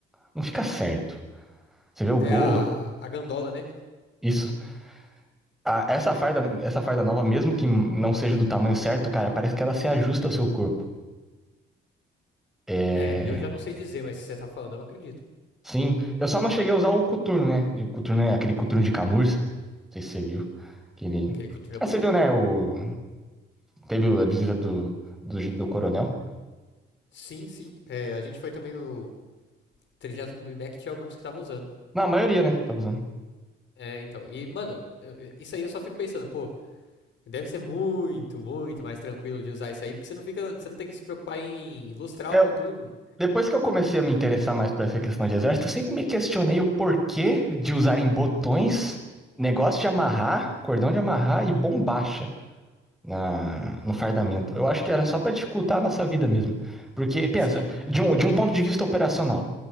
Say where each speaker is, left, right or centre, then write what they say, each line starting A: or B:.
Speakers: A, in the centre; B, on the left.
A: não fica certo. Você vê o
B: É
A: gorro,
B: a, a gandola, né?
A: isso. A- essa farda, essa farda nova, mesmo que não seja do tamanho certo, cara, parece que ela se ajusta ao seu corpo. É,
B: É, eu já não sei dizer, mas se você tá falando, eu acredito.
A: Sim, eu só não cheguei a usar o coturno, né? E o coturno é aquele coturno de camurça. Não sei se você viu. Que ele...
B: Aquele coturno é
A: Ah,
B: bonito.
A: você viu, né? O... Teve a visita do, do, do coronel.
B: Sim, sim. É, a gente foi também no trigésimo º BIMAC, tinha alguns que estavam usando.
A: Na maioria, né? Tava usando.
B: É, então. E, mano, eu- isso aí eu só fico pensando, pô, deve ser muito, muito mais tranquilo de usar isso aí, porque você não fica, você não tem que se preocupar em lustrar
A: Eu-
B: o coturno, mano.
A: depois que eu comecei a me interessar mais por essa questão de exército, eu sempre me questionei o porquê de usarem botões, negócio de amarrar, cordão de amarrar e bombacha na, no fardamento. Eu acho que era só pra dificultar a nossa vida mesmo. Porque, pensa,
B: Sim,
A: de um, de um ponto de vista operacional.